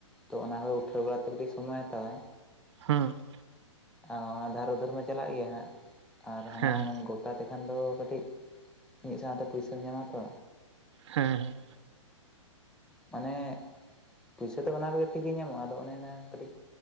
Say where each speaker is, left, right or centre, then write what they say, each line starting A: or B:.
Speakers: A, in the centre; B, on the right.
A: ᱛᱚ ᱚᱱᱟ ᱠᱷ ᱩᱴᱷᱟᱹᱣ ᱵᱟᱲᱟᱛᱮ ᱜᱮ ᱥᱚᱢᱚᱭ ᱦᱟᱛᱟᱣᱟᱭ᱾
B: ᱦᱮᱸ
A: ᱚᱱᱟ ᱫᱷᱟᱨᱮᱫᱟᱹᱨ ᱢᱟ ᱪᱟᱞᱟᱜ ᱜᱮᱭᱟ ᱦᱟᱸᱜ ᱟᱨ ᱦᱟᱱᱟ
B: ᱦᱮᱸ
A: ᱜᱚ ᱛᱟ ᱛᱮᱠᱷᱟᱱ ᱫᱚ ᱠᱟᱹᱴᱤᱡ ᱢᱤᱫ ᱥᱟᱶᱛᱮ ᱯᱩᱭᱥᱟᱹᱟᱢ ᱧᱟᱢᱟ ᱛᱚ᱾
B: ᱦᱮᱸ ᱦᱮᱸ
A: ᱢᱟᱱᱮ ᱯᱚᱭᱥᱟ ᱫᱚ ᱵᱟᱱᱟᱨᱜᱮ ᱴᱷᱤᱠ ᱜᱮ ᱧᱟᱢᱚᱜᱼᱟ ᱟᱫᱚ ᱚᱱᱮ ᱚᱱᱟ ᱠᱟᱹᱴᱤᱡ